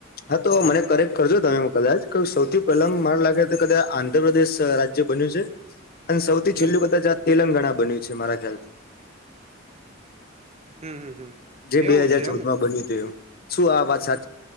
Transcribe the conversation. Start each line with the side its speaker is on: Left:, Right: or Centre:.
Left: હા તો મને કરેક્ટ કરજો તમે કદાચ સૌથી પહેલા
Right: સો
Left: મને
Right: ટકા
Left: લાગે કદા આંધ્રપ્રદેશ રાજ્ય બન્યું છે. અને સૌથી
Right: હમ
Left: છેલ્લું કદાચ તેલંગાણા બન્યું છે. મારા ખ્યાલથી
Right: હમ હમ હમ
Left: જે
Right: એવું
Left: બે હાજાર
Right: છે
Left: ચૌદમાં
Right: એમને
Left: બન્યું હતુંું શું આ વાત સા